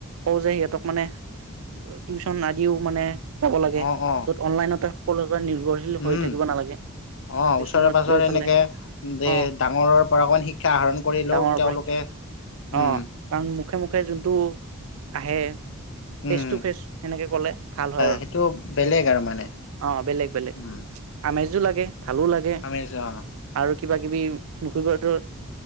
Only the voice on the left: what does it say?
অ', অ',
উম,
অ',
ওচৰে পাজৰে
এনেকে যে
ডাঙৰৰ পৰা অকমান শিক্ষা আহৰণ কৰিলেও
তেওঁলোকে
উম,
উম,
সেইটো বেলেগ আৰু মানে
উম,
আমি অ',